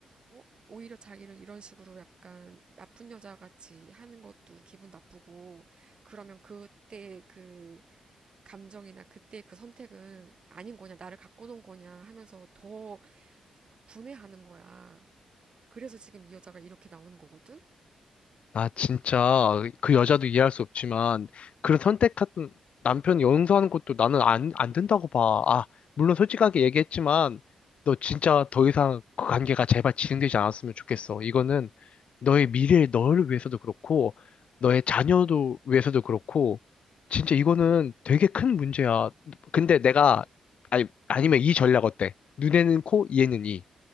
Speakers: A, on the right (about 45°); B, on the left (about 65°).
A: 어? 오히려 자기를 이런 식으로 약간 나쁜 여자 같이 하는 것도 기분 나쁘고 그러면 그때 그 감정이나 그때 그 선택은 아닌 거냐 나를 갖고 논 거냐 하면서 더 분해하는 거야. 그래서 지금 이 여자가 이렇게 나오는 거거든?
B: 나 진짜 그 여자도 이해할 수 없지만 그런 선택했던 남편이 용서하는 것도 나는 안, 안 된다고 봐. 아, 물론 솔직하게 얘기했지만 너 진짜 더 이상 그 관계가 제발 진행되지 않았으면 좋겠어. 이거는 너의 미래, 너를 위해서도 그렇고 너의 자녀도 위해서도 그렇고 진짜 이거는 되게 큰 문제야. 근데 내가 아니, 아니면 이 전략 어때? 눈에는 코, 이에는 이.